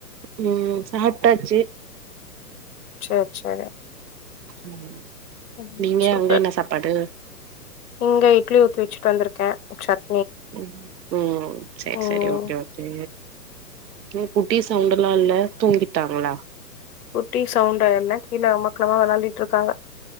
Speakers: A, on the right (about 80°); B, on the left (about 60°).
A: ம் சாப்ட்டாச்சு
B: சேர் சேர்
A: ம் ம்
B: ம்
A: நீங்க
B: சூப்பர்
A: அங்க என்ன சாப்பாடு
B: இங்க இ்ட்லி ஊத் வச்ட்டு வந்துருக்கே சட்
A: ம் ம் சேர்
B: ம்
A: சேரி ஓகே ஓகே ம் குட்டிஸ் சவுண்டெல்லா இல்ல தூங்கிட்டாங்களா
B: குட்டி சவுண்டான கீழ அமக்கலாமா விளாண்டிட்டுருக்காங்க